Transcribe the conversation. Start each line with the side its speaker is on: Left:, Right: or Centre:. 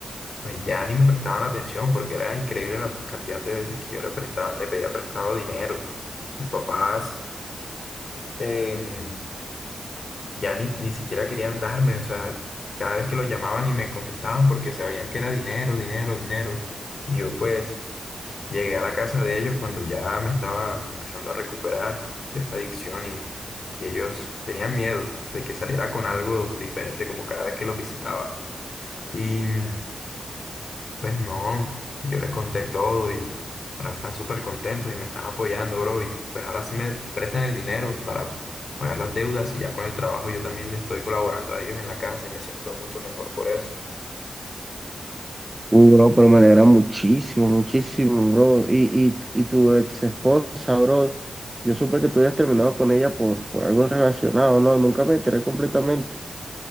Left: pues ya ni me prestaban atención porque era increíble la cantidad de veces que yo le prestaba, le pedía prestado dinero. Mis papás em, ya ni, ni siquiera querían darme, o sea, cada vez que los llamaban y me contestaban porque sabían que era dinero, dinero, dinero. Y yo pues... Llegué a la casa de ellos cuando ya me estaba empezando a recuperar de esta adicción y, y ellos tenían miedo de que saliera con algo diferente como cada vez que los visitaba. Y mm, pues no, yo les conté todo y ahora están súper contentos y me están apoyando, bro. Y pues ahora sí me prestan el dinero para pagar las deudas y ya con el trabajo yo también les estoy colaborando a ellos en la casa y me siento mucho mejor por eso.
Right: Uh, bro, pero me alegra muchísimo, muchísimo, bro. Y, y, y tu ex esposa, bro, yo supe que tú habías terminado con ella por, por algo relacionado, ¿no? Nunca me enteré completamente.